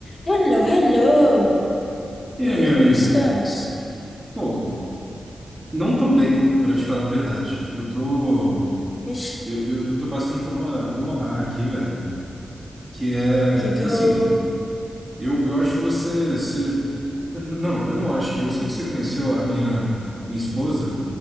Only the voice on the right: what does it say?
E
aí,
minha
amiga?
Pô, não tão bem, pra te falar a verdade. Eu tô,
eu, eu, eu tô passando por uma, por uma barra aqui, velho, que é,
assim,
eu, eu acho que você, você, não, não, eu não acho que, eu sei que você conheceu a minha, minha esposa,